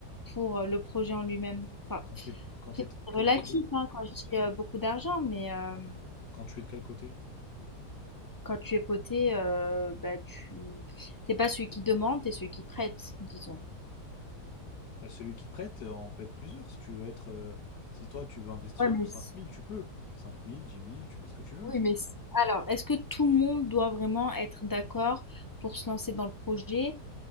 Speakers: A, on the left; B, on the left.
A: pour euh, le projet en lui-même. Enfin,
B: Quand t'es, quand
A: après,
B: t'es de
A: c'est
B: quel
A: relatif
B: côté?
A: hein, quand je dis euh, beaucoup d'argent, mais... Euh,
B: Quand tu es de quel côté?
A: quand tu es poté, heu, bah, tu t'es pas celui qui demande, t'es celui qui prête, disons.
B: Euh, Celui qui prête, euh, on peut être plusieurs. Si tu veux être, euh, si toi tu veux investir
A: Ouais, mais
B: cinq
A: s
B: mille, tu peux. Cinq mille, dix mille, tu mets ce que tu veux.
A: Oui, mais s alors, est-ce que tout le monde doit vraiment être d'accord pour se lancer dans le projet?